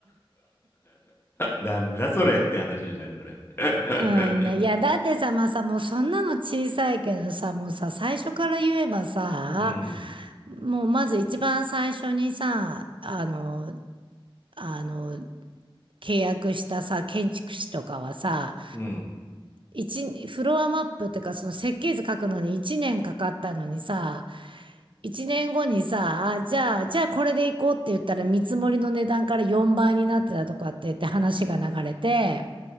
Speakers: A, on the left; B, on the right.
A: なんだそれって話じゃない、それ。<laughs>
B: うん、ねいや、だってさ、まあさ、もうそんなの小さいけどさ、もうさ、最初から言えばさ、
A: うん、
B: もうまず一番最初にさ、あの、あの、契約したさ、建築士とかはさ、
A: うん。
B: 一、フロアマップってか、その設計図書くのに1年かかったのにさ、1年後にさ、あ、じゃあ、じゃあこれで行こうって言ったら見積もりの値段から4倍になってたとかって言って話が流れて、